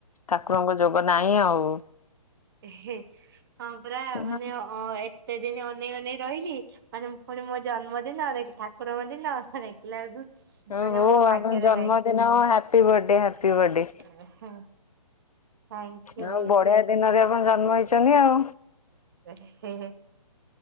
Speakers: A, on the left (about 85°); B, on the right (about 35°).
A: ଠାକୁରଙ୍କ ଯୋଗ ନାହିଁ ଆଉ।
B: ହଁ ପରା ମାନେ
A: ନା
B: ଅ ଏତେ ଦିନ ଅନେଇକି ଅନେଇ ରହିଲି। ମାନେ ମୁଁ ପୁଣି ମୋ ଜନ୍ମଦିନରେ ଠାକୁରଙ୍କ ଦିନ ସ ଦେଖିଲା ବେଳକୁ
A: ଓହୋ
B: ମାନେ ମୋ ଭାଗ୍ୟରେ
A: ଆପଣ ଜନ୍ମଦିନ
B: ନାହିଁ।
A: ହାପି ବର୍ଥଡେ ହାପି ବର୍ଥଡେ।
B: Thank you.
A: ଆଉ ବଢିଆ ଦିନରେ ଆପଣ ଜନ୍ମ ହେଇଛନ୍ତି ଆଉ।
B: ହେଁ ହେଁ।